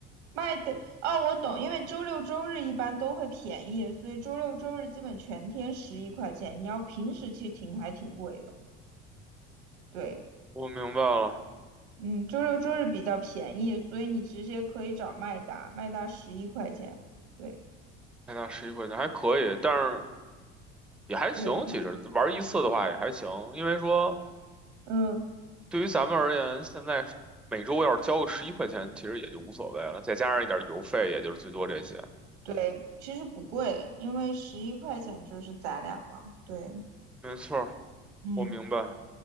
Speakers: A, on the right (about 85°); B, in the centre.
A: 麦的，哦，我懂，因为周六周日一般都会便宜，所以周六周日基本全天十一块钱。你要平时去停还挺贵的。对，
B: 我明白了，
A: 嗯，周六周日比较便宜，所以你直接可以找麦达，麦达十一块钱。对
B: 麦打十一块钱还可以，但是也还行，
A: 对，
B: 其实玩一次的话也还行，因为说。
A: 嗯，
B: 对于咱们而言，现在每周要是交个十一块钱，其实也就无所谓了，再加上一点邮费，也就是最多这些。
A: 对，其实不贵，因为十一块钱就是咱俩嘛。对，
B: 没错儿，
A: 嗯。
B: 我明白。